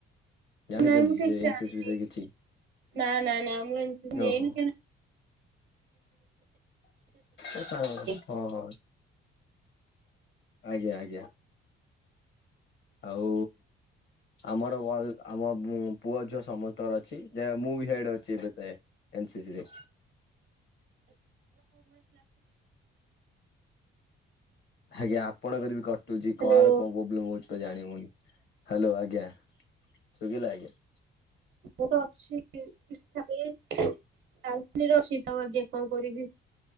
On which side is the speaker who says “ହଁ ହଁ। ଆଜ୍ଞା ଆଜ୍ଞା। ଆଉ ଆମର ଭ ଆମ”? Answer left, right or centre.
Left